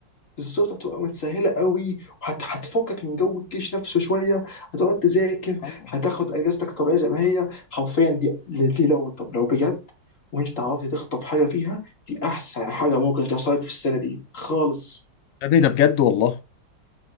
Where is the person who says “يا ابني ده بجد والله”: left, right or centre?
Left